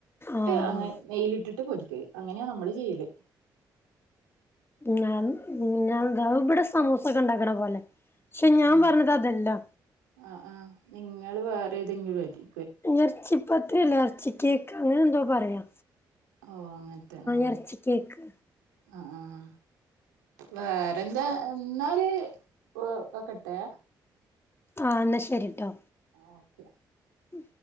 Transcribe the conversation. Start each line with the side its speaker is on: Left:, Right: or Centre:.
Left: ആഹ്
Right: ട്ട് അങ്ങെ നെയ്യിലിട്ടിട്ട് പൊരിക്കല് അങ്ങനെയാ നമ്മെള് ചെയ്യെല്
Left: ഞാൻ ഉം ഞാൻ താ ഇബ്ടെ സമൂസാെക്കെണ്ടാക്ക്ണെ പോലെ ക്ഷെ ഞാം
Right: ആ
Left: പർഞ്ഞതതല്ലാ
Right: ആഹ് ആഹ് നിങ്ങെള് വേറെ ഏതെങ്കിലും അയ്രി
Left: എർച്ചിപ്പത്തിരില്ല എർച്ചി കേക്കാ അങ്ങെനെ എന്തോ പറയാ
Right: ഓഹ് അങ്ങൻത്തെ ആഹ്
Left: എറച്ചി കേക്ക്
Right: ആഹ് ആഹ് വേറെന്താ എന്നാല് ഓഹ് വെക്കട്ടേ
Left: ആഹ് ന്നാ ശെരിട്ടോ
Right: ഓക്കെ
Left: ഉം